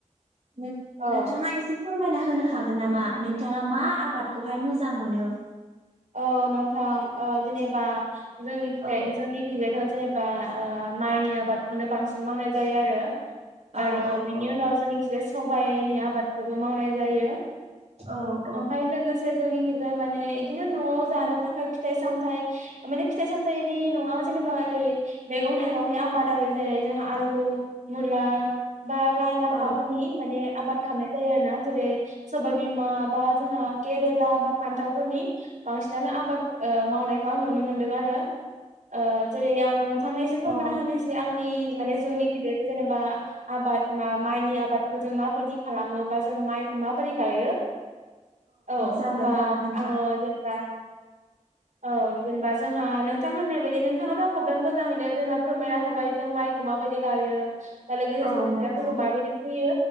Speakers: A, on the right; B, on the right.
A: नों-नोंथाङा
B: औ
A: एसेसो फोरमायना होनो हागोन नामा नोंथाङा मा आबादखौहाय मोजां मोनो?
B: औ नोंथां ओ जेनेबा जोंनि खिजाय
A: औ
B: जोंनि खिजायथ' जेनेबा ओ माइनि आबादखौनो बांसिन मावनाय जायो आरो ।
A: औ
B: आरो
A: औ
B: बिनि
A: औ
B: उनाव जोंनि खिजाय सबायनि आबादखौबो मावनाय जायो ।
A: औ औ
B: ओमफ्राय लोगोसे जोंनि खिजा माने इदि बिदिनो न'आव जानो थाखाय फिथाइ सामथाय माने फिथाइ सामथायनि नङा जेनेबा ओरै मैंगं मैगं थाइगंनि आबाद आरो जेरै जोंहा आलु मुला बा लाइ लाफाफोरनि
A: औ
B: माने आबाद खामनाय जायो आरो ना जेरै सबायबिमा बा जोंहा केरेला बा फान्थावफोरनि बांसिनानो आबाद ओ मावनायखौ आं नुनो मोनदों आरो ओ जेरै आं नोंथां थांनो एसे फोरमना
A: औ अ
B: होनोसे आंङो जोंनि माने जोंनिखिजायबो जेनेबा आबाद मा-माइनि आबादखौ जों माबायदि खालामो बा जों जोङो माइखौ माबोरै गायो औ
A: जागोन
B: ओमबा
A: जागोन नोंथां
B: आङो बा औ जेनेबा जोंहा नोंथां होननाय बायदि नोंथाङाथ' आंखौ बिराद मोजाङैनो जेनेबा फोरमायना होबाय जों मा माइखौ माबायदि गायो लोगोसे
A: औ
B: जों खोथियाफोरखौ
A: नंगौ
B: माबायदि फैयो